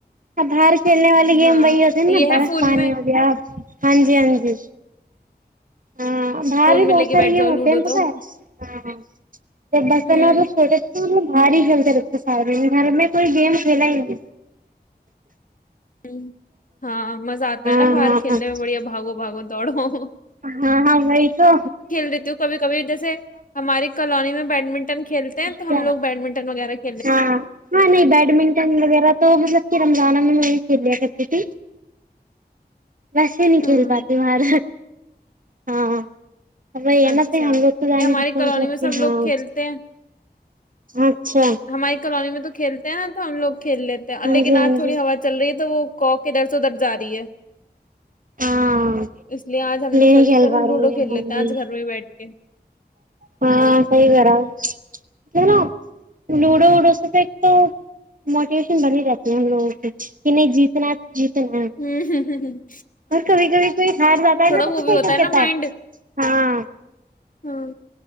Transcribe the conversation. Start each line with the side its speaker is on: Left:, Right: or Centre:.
Right: ا بار کھیلنے والی گیم
Left: ہاں
Right: وہی ہوتی نابرا
Left: یہ ہے فون
Right: پانی
Left: میں
Right: ہو گیا ہاں جی ہاں جی ہاں باہر
Left: فون
Right: بھی
Left: میں
Right: بہت
Left: لے کے
Right: سارے
Left: بیٹھ جاؤ
Right: یہ
Left: لوڈو
Right: ہوتے ہیں بتا
Left: تو
Right: ہاں ہاں تو بسنا
Left: ہوں
Right: چھوٹا چ ب ہی کھیلتے لگتے سارے گھر میں کوئی گیم کھیلا ہی نہیں
Left: ہ ہاں مزہ آتا
Right: ہاں
Left: ہے نا باہر
Right: ہاں
Left: کلنے
Right: ہاں
Left: میں بڑھیا باگو باگو توڑوں
Right: ہاں ہاں وہی تو
Left: لیتی ہوں کبھی کبھی جیسے ہماری کالونی میں بیڈمنٹن کھیل ہیں تو
Right: کیا
Left: ہم لگ بیڈمنٹ وغیرہ کے
Right: ہاں ہاں نہیں بیڈمنٹن وغیرہ تو مطلب کہ رمضان کو چلیا کرتی ت ویسے نہیں
Left: ہاں
Right: کھیل پاتی باہر ہاں ا بھائی ہے
Left: اچھا
Right: نا پ ہم لوگ تو جان
Left: نہیں ہماری
Right: سکتے ہیں
Left: کالونی
Right: مطلب
Left: میں سب
Right: کہ ہاں
Left: لوگ کھیلتے ہیں
Right: اچھا
Left: ہماری کالونی میں تو کھیلتے ہیں نا تو ہم لوگ کھیل لیتے ہیں
Right: ہاں
Left: لیکن
Right: جی ہاں
Left: آج تھوڑی
Right: جی
Left: ہوا چل رہی ہے تو وہ کوک کدھر سے ادھر جا رہی ہے
Right: ہاں
Left: اس لیے آج ہم نے سوچا
Right: نہیں کھیل
Left: چل
Right: پا
Left: لوڈو
Right: رہے گے
Left: کھیل
Right: ہم
Left: لیتے ہیں
Right: بھی
Left: آج گھر میں ہی بیٹھ کے
Right: ہاں سی کرانا جی لوڑو اڑو س تو ایک تو موٹیویشن بنی رہتی ہے ہم لوگوں کی کہ نہیں جیتنا جیتنا ہے
Left: ہوں ہ ہ ہ
Right: اور کبھی کبھی کوئی ہار جاتا ہے نا تو
Left: وہ
Right: پ
Left: بھی ہوتا
Right: کہتا
Left: نا مائنڈ
Right: ہے ہاں
Left: ہاں